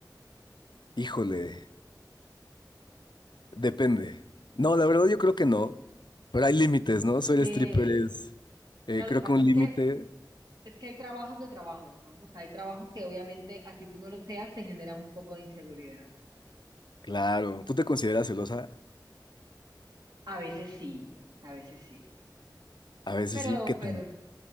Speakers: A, on the left; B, on the right.
A: Híjole, depende. No, la verdad yo creo que no, pero hay límites, ¿no? Soy
B: Sí,
A: stripper es, eh,
B: no, lo
A: creo
B: que pasa
A: que un
B: es
A: límite,
B: que es que hay trabajos de trabajos, ¿no? O sea, hay trabajos que obviamente, así tú no lo seas, te genera un poco de inseguridad.
A: claro. ¿Tú te consideras celosa?
B: A veces sí, a veces sí, a veces.
A: A veces
B: Pero,
A: sí, ¿qué tan?
B: pero,